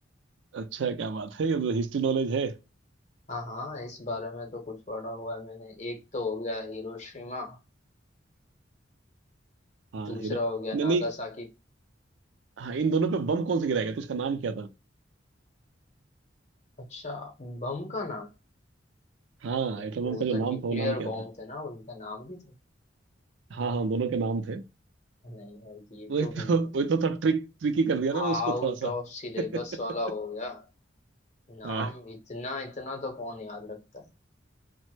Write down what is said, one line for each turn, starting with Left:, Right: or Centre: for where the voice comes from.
Right: अच्छा क्या बात है ये तो हिस्ट्री नॉलेज है
Left: हाँ हाँ इस बारे में तो कुछ पढ़ा हुआ है मैंने एक तो हो गया हिरोशिमा
Right: हाँ
Left: दूसरा
Right: हीरो
Left: हो गया
Right: नहीं
Left: नागासाकी
Right: नहीं हाँ इन दोनों पे बम कौन से गिराए गए थे उसका नाम क्या था
Left: अच्छा बम का नाम
Right: हाँ
Left: वो
Right: एटम बम का जो
Left: तो न्यूक्लियर
Right: नाम था वो नाम क्या
Left: बॉम्ब
Right: था
Left: थे ना उनका नाम भी थे
Right: हाँ हाँ दोनों के नाम थे
Left: नहीं यार ये
Right: वही
Left: तो
Right: तो
Left: बिल्कुल
Right: वही तो थोड़ा ट्रिक ट्रिकी कर दिया ना मैं
Left: आउट
Right: उसको थोड़ा सा
Left: ऑफ सिलेबस
Right: <laughs>
Left: वाला हो गया नाम
Right: हाँ
Left: इतना इतना तो कौन याद रखता है